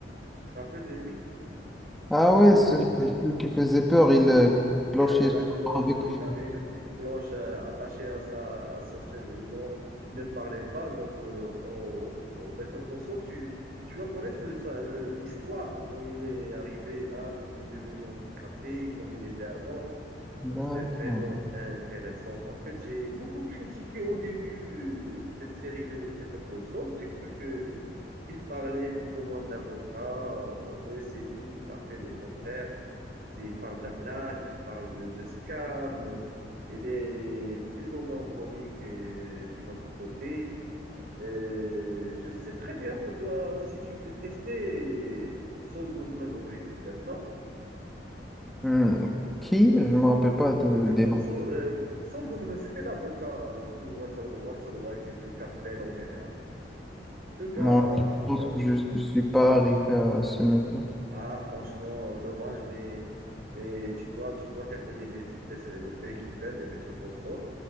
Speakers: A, on the right; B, in the centre.
A: tu te rappelles de lui?
B: Ah
A: Avec,
B: ouais, c'est celui qui faisait peur, il euh, clochait
A: il avait la
B: tout
A: cloche,
B: le temps avec
A: oui
B: lui.
A: il avait une, une cloche euh, attachée à, sa, à son chaise roulante, il ne parlait pas. Donc euh, au, au Better Call Saul, tu, tu vas connaître le- le- l'histoire, comment il est arrivé là, comment il est devenu handicapé, comment il était avant.
B: D'accord.
A: Donc, c'est vraiment intéressant. En fait, j'ai beaucoup critiqué au début euh, cette série de Better Call Saul. J'ai cru que qu'il parlait plus ou moins d'avocats, euh, mais c'est tout à fait le contraire. C'est- Il parle d'arnaque, il parle de, de scam. Il est plus ou moins comique euh, d'un autre côté. Euh, je sais très bien que toi aussi, tu détestais euh, Saul Goodman au Breaking Bad, non?
B: Hmm, Qui? Je me rappelle pas de,
A: Better
B: des
A: Call
B: noms.
A: Saul, euh, Saul Goodman, c'était l'avocat euh, du Walter, Walter White et de cartel en général. Le gars,
B: Non,
A: euh,
B: je pense
A: l'avocat.
B: que je ne suis pas arrivé à ce mec-là.
A: Ah, franchement, dommage, mais, mais tu dois, tu dois terminer Be- Be- Breaking Bad et Better Call Saul.